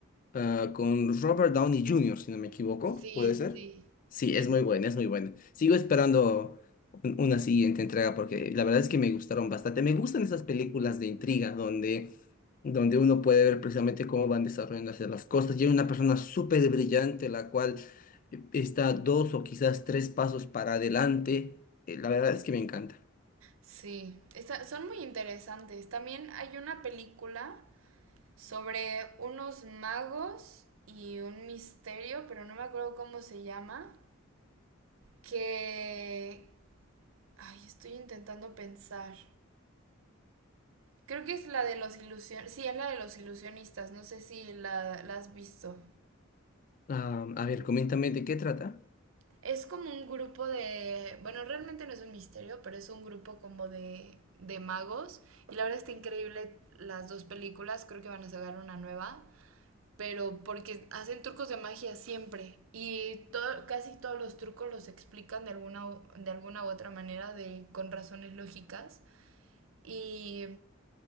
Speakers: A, on the left; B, on the right.
A: ah, con Robert Downey Jr., si no me equivoco,
B: Sí,
A: ¿puede ser?
B: sí,
A: Sí,
B: sí,
A: es muy buena, es muy buena. Sigo esperando un- una siguiente entrega porque la verdad es que me gustaron bastante. Me gustan esas películas de intriga donde, donde uno puede ver precisamente cómo van desarrollándose las cosas. Y hay una persona súper brillante la cual eh, está dos o quizás tres pasos para adelante. Eh, La verdad es que me encanta.
B: sí. Esta- son muy interesantes. También hay una película sobre unos magos y un misterio, pero no me acuerdo cómo se llama, que... Ay, estoy intentando pensar. Creo que es la de los ilusionistas. Sí, es la de los ilusionistas. No sé si la, la has visto.
A: Ah, a ver, coméntame de qué trata.
B: Es como un grupo de, bueno, realmente no es un misterio, pero es un grupo como de, de magos. Y la verdad está increíble las dos películas, creo que van a sacar una nueva, pero porque hacen trucos de magia siempre. Y todo, casi todos los trucos los explican de alguna, de alguna u otra manera, de, con razones lógicas. Y